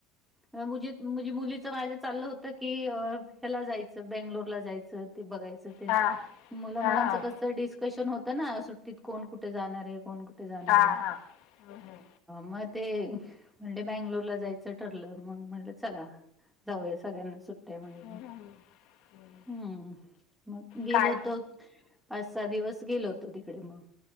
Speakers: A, in the centre; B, on the left.
A: मझ म्हणजे मुलीच माझ्या चाललं होत की ह्याला जायचं बेंगलोर ला जायचं ते बघायचं
B: हा
A: मुला
B: हा
A: मुलांच
B: हा
A: कस डिस्कशन होत ना सुटीत कोण कुठे जाणार आहे कोण कुठ कुठे जाणार आहे
B: हा हा. हम्म हम्म.
A: म ते म्हणले बंगलोरला जायचं ठरलं मग म्हणलं चला जाऊया सगळ्यांना सुट्टी का म्हटलं
B: हं. हं. हं.
A: हम्म मग गेलो
B: काय
A: होतो पाच-सहा दिवस गेलो होतो तिकडे मग